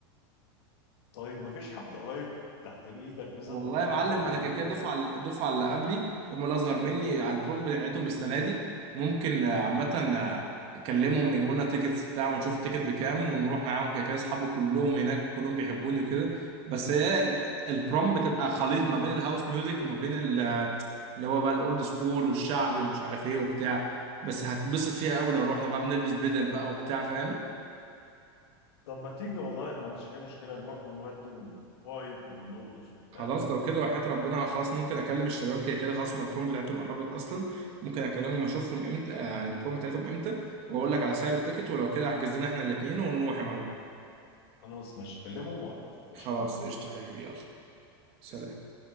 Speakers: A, on the left; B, on the right.
A: طيب مفيش حفلة قريب تحت ايدك مثلا
B: والله
A: تاخدني
B: يا معلم
A: وتوديني
B: انا كده كده
A: فيها
B: دفعه الدفعه اللي قبلي اللي هم الاصغر مني على البروم بتاعتهم السنه دي ممكن آه، عامه آه، اكلمهم يجيبوا لنا تيكتس بتاع ونشوف التيكت بكام ونروح معاهم كده كده اصحابي كلهم هناك كلهم بيحبوني وكده بس هي ال- البروم بتبقى خليط ما بين الهاوس ميوزك وما بين ال- اللي هو بقى الاولد سكول والشعبي ومش عارف ايه وبتاع بس هتبسط فيها قوي لو رحنا بقى بنلبس بدل بقى وبتاع فاهم
A: طب ما تيجي والله انا ما عنديش اي مشكلة نروح ونودي ونفايب ونرقص وبتاع
B: خلاص لو كده وحياة ربنا خلاص ممكن اكلم الشباب كده كده خلاص هما البروم بتاعتهم قربت اصلا ممكن اكلمهم اشوفهم امتى آه، البروم بتاعتهم امتى واقول لك على سعر التيكت ولو كده احجز لنا احنا الاثنين ونروح يا معلم
A: خلاص ماشي كلمهم وعرفني ماشي
B: خلاص قشطة حبيبي يلا سلام
A: سلام.